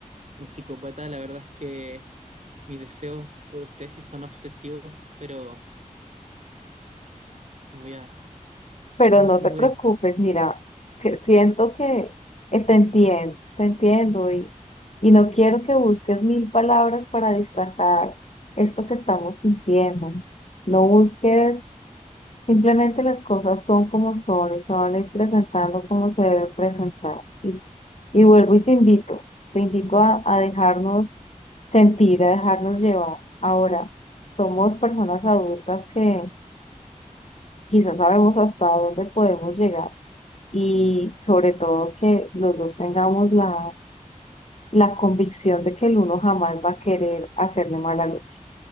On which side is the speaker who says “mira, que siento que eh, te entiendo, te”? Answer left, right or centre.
Left